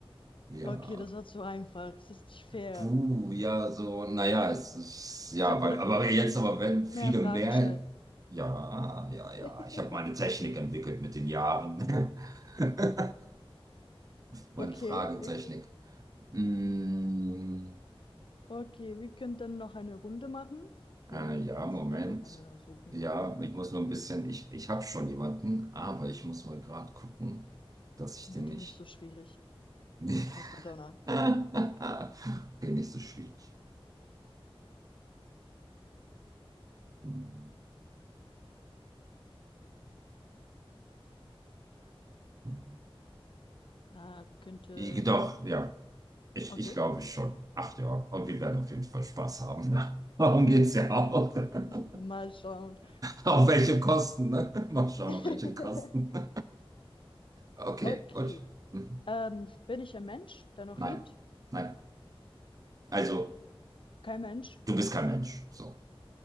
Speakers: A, on the right (about 40°); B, on the left (about 60°).
A: Ja.
B: Okay, das war zu einfach. Es ist nicht fair.
A: Puh, ja, so, naja, es ist, ja,
B: Ich habe
A: weil,
B: gedacht,
A: aber
B: du, wi-
A: jetzt
B: du willst
A: aber, wenn
B: mehr
A: viele
B: Fragen
A: mehr,
B: stellen.
A: ja, ja,
B: <laughs>
A: ja, ich habe meine Technik entwickelt mit den Jahren. <laughs> Meine
B: Okay,
A: Fragetechnik.
B: okay.
A: Mm,
B: Okay, wir können dann noch eine Runde machen. Du
A: äh, ja,
B: kannst
A: Moment.
B: dir dann noch eine suchen.
A: Ja, ich muss nur ein bisschen, ich, ich habe schon jemanden, aber ich muss mal gerade gucken, dass ich
B: Bitte
A: den nicht.
B: nicht so schwierig
A: <laughs>
B: als Madonna.
A: <laughs> Okay, nicht so schwierig. Hm, hm.
B: Ah, könnte.
A: Ich- Doch, ja. Ich,
B: Okay.
A: ich glaube schon. Ach ja, und wir werden auf jeden Fall Spaß haben. Ne? <laughs> Darum geht's ja
B: Okay.
A: auch.
B: <laughs>
A: <laughs>
B: Mal schauen.
A: Auf welche Kosten, ne? <laughs> Mal schauen,
B: <laughs>
A: auf welche Kosten. <laughs> Okay,
B: Okay.
A: gut. Mhm.
B: Ähm, bin ich ein Mensch, der noch
A: Nein,
B: lebt?
A: nein. Also,
B: Kein Mensch.
A: du bist kein Mensch. So.